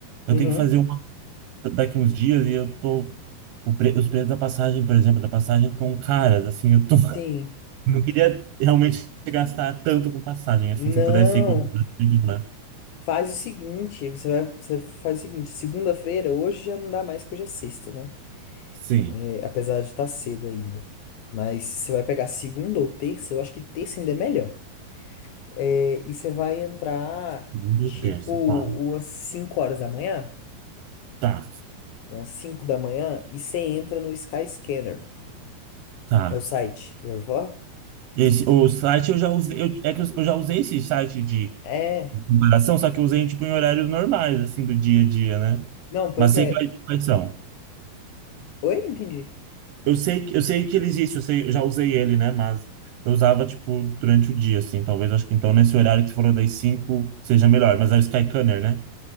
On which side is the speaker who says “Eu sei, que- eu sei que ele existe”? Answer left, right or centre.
Right